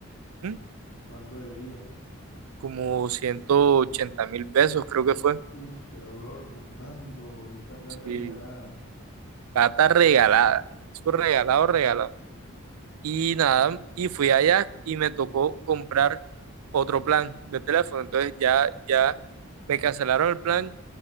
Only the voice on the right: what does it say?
¿Mm?
como ciento ochenta mil pesos, creo que fue.
Sí,
plata regalada. Eso regalado,
regalado. Y nada, y fui allá y me tocó comprar otro plan de teléfono. Entonces ya, ya me cancelaron el plan